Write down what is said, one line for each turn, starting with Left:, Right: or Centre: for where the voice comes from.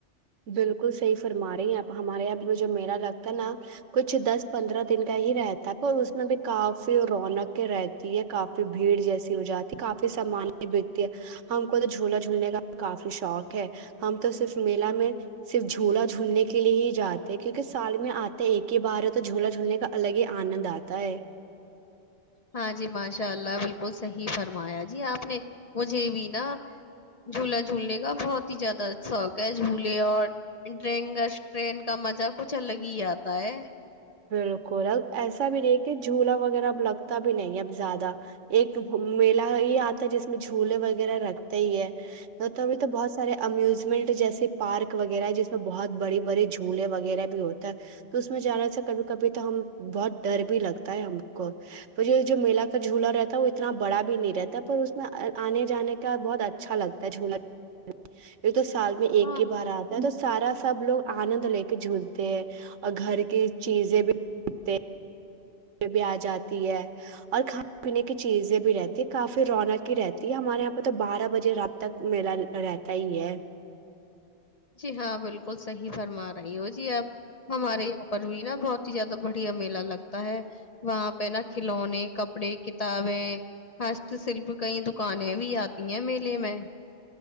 Right: بالکل صحیح فرما رہے ہیں یہ پ ہمارے یہاں پ جو میلہ لگتا ہے نا کچھ دس پندرہ دن کا ہی رہتا ہے پر اس میں بھی کافی رونقیں رہتی ہے کافی بھیڑ جیسی ہو جاتی کافی سامان بکتی ہے ہم کو تو جھولا جھولنے کا کافی شوق ہے ہم تو صرف میلہ میں صرف جھولا جھولنے کے لیے ہی جاتے ہیں کیونکہ سال میں آتے ایک ہی بار ہو تو جھولا جھولنے کا الگ ہی آنند آتا ہے
Left: ہاں جی ماشاء اللہ بالکل صحیح فرمایا جی آپ نے مجھے بھی نا جھولا جھولنے کا کا بہت ہی زیادہ شوق ہے جھولے اور ڈینگس ٹرین کا مزہ کچھ الگ ہی آتا ہے
Right: بالکل اب ایسا بھی نہیں کہ جھولا وغیرہ اب لگتا بھی نہیں ہے اب زیادہ ایک میلہ یہ آتا ہے جس میں جھولے وغیرہ رگتے ہی ہےبھی تو بہت سارے امیوزمنٹ جیسے پارک وغیرہ ہے جس میں بہت بڑی بڑی جھولے وغیرہ بھی ہوتا ہے تو اس میں جانا سے کبھی کبھی تو ہم بہت ڈر بھی لگتا ہے ہم کو پر یہ جو میلا کا جھولا رہتا ہے وہ اتنا بڑا بھی نہیں رہتا ہے پر اس میں آنے جانے کا بہت اچھا لگتا ہے جھلا یہ تو سال میں ایک
Left: ہاں،
Right: کے بار آتا ہے تو سارا سب لوگ آنند لے کے جھولتے ہیں اور گھر کے چیزیں بھی کتے بھی آ جاتی ہے اور کھانے پینے کی چیزیں بھی رہتی ہے کافی رونق ہی رہتی ہے ہمارے یہاں پہ تو بارہ بجے رات تک میلہ رہتا ہی ہے
Left: جی ہاں بالکل بالکل صحیح فرما رہی ہو جی آپ ہمارے پر بھی نا بہت ہی زیادہ بڑھیا میلہ لگتا ہے وہاں پہ نا کھلونے کپڑے کتابیں ہست شلپ کئی دکانیں بھی آتی ہیں میلے میں